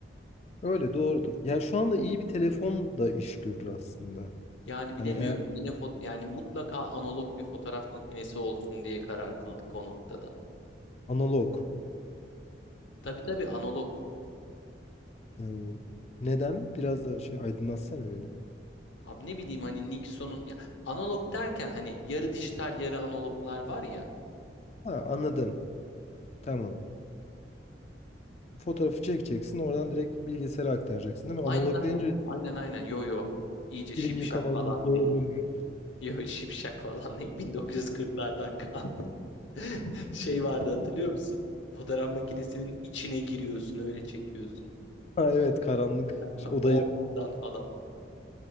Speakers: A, on the left; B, on the left.
A: Öyle doğrudur. Yani şu anda iyi bir telefon da iş görür aslında.
B: Yani bilemiyorum
A: Hani eğer
B: yine fot yani mutlaka analog bir fotoğraf makinesi olsun diye karar kıldık o noktada.
A: analog.
B: Tabii tabii analog.
A: e, neden? Biraz daha şey aydınlatsana beni.
B: Abi ne bileyim hani Nikon'un ya analog derken hani yarı dijital yarı analoglar var ya.
A: Ha, anladım. Tamam. Fotoğrafı çekeceksin. Oradan direkt bilgisayara aktaracaksın değil mi?
B: Aynen
A: Analog
B: aynen.
A: deyince
B: Aynen aynen. Yo yo. İyice şipşak
A: film yıkamalı
B: falan
A: bir şeye
B: değil.
A: dönüyor. yani.
B: Yo Şipşak falan değil. 1940'lardan kalma. <laughs> Şey vardı hatırlıyor musun? Fotoğraf makinesinin içine giriyorsun öyle çekiyorsun.
A: Ha, evet karanlık
B: Aha.
A: şey, odayı.
B: Onlardan falan.